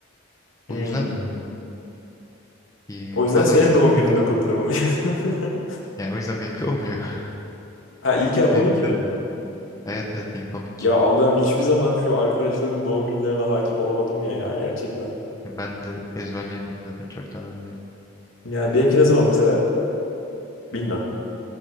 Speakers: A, on the left; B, on the left.
A: Hmm.
B: O yüzden eee,
A: O yüzden
B: pazar
A: senin
B: yapacağım.
A: doğum gününde kutlamalıyım. <laughs>
B: Yani o yüzden benimki olmuyor. <laughs>
A: Ha iyi ki Apo'nunki
B: Benimki de
A: mi?
B: evet evet ilk onunki.
A: Ya Allah'ım hiçbir zaman şu arkadaşlarımın doğum günlerine hakim olamadım ya ya gerçekten.
B: Ya Ben de ezberleyemiyorum zaten çok da önemli değil.
A: Ya benimki ne zaman mesela? Bilmem.